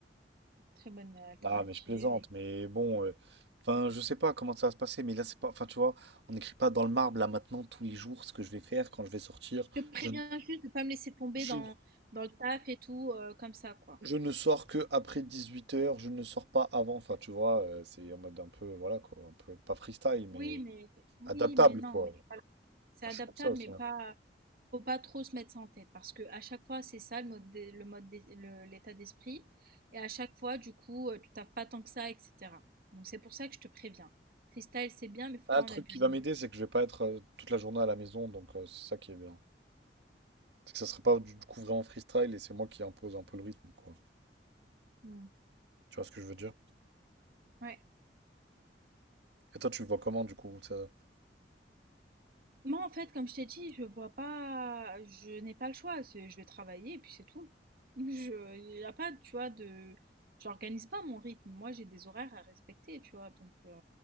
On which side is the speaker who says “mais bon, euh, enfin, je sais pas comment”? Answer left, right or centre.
Right